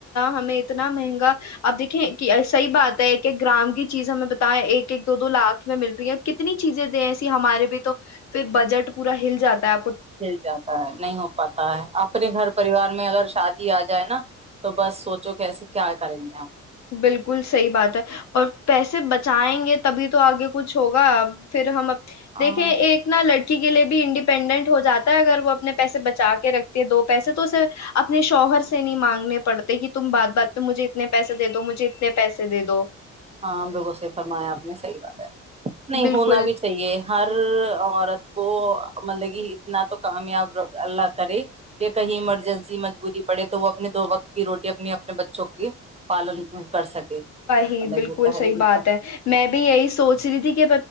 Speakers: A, on the left; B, on the right.
A: ہمیں اتنا مہنگا اپ دیکھیں صحیح بات ہے کہ گرام کی چیز ہمیں بتائیں ایک ایک دو دو لاکھ میں ملتی ہے کتنی چیزیں دیں ایسی ہمارے بھی تو پھر بجٹ پورا ہل زیادہ
B: مل جاتا ہے نہیں ہو پاتا ہے اپنے گھر پریوار میں اگر شادی ا جائے نا تو بس سوچو کیسے کیا کریں گے ہم
A: بالکل صحیح بات ہے اور پیسے بچائیں گے تبھی تو اگے کچھ ہوگا پھر ہم
B: ہاں
A: دیکھیں ایک نہ اسی کے لیے بھی انڈیپینڈنٹ ہو جاتا ہے اگر وہ اپنے پیسے بچا کے رکھتے ہیں دو پیسے تو اپنے شوہر سے نہیں مانگنے پڑتے کہ تم بات بات پہ مجھے اتنے تو مجھے اتنے پیسے دے دو
B: عام لوگوں سے فرمایا اپ نے صحیح بات نہیں
A: بالکل
B: ہونا بھی صحیح ہے ہر عورت کو مطلبی اتنا تو کامیاب اللہ کرے کہ کہیں مرجنسی مجبوری پڑھے تو وہ اپنی دو وقت کی روٹی اپنی اپنے بچوں کی کر سکے
A: جی
B: مطلب
A: بالکل
B: یہ تحریری
A: صحیح بات ہے میں بھی یہی سوچ رہی تھی کہ